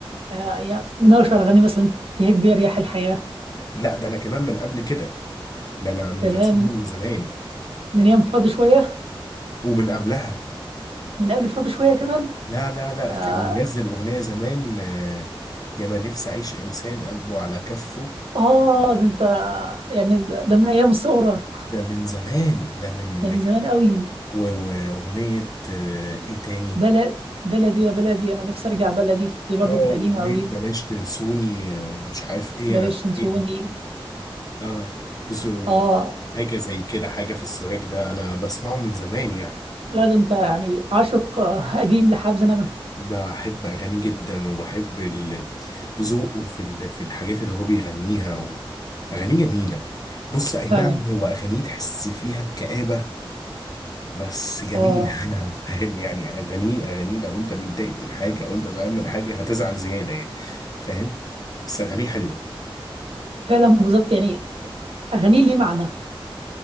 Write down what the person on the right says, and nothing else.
آه، يعني من اشهر اغاني مثلا تهب يا رياح الحياه
تمام
من
من ايام فاضي شويه
من قبل فاضي شويه كمان
اه
آه، ده انت يعني ده ده من ايام الثوره
ده
من زمان قوي
بلد بلدي يا بلدي انا نفسي ارجع بلدي دي برضو
كانت قديمه
قوي
بلاش
تنسوني
اه
لا ده انت يعني عاشق آه، قديم لحب زنمر
فعلا
اه
فعلا بالظبط يعني اغاني لي معنى